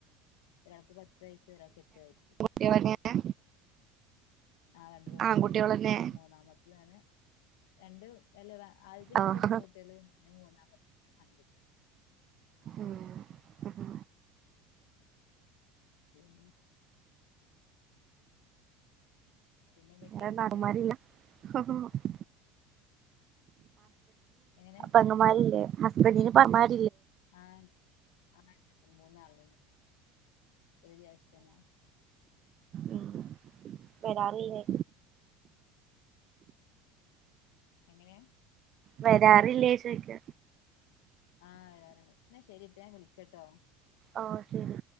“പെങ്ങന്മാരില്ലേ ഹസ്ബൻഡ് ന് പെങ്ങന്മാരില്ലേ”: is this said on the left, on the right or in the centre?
Right